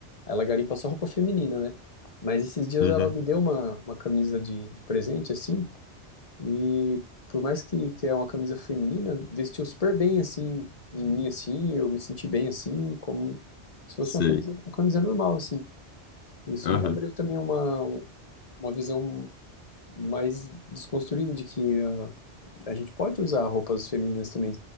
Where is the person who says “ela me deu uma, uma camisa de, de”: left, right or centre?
Left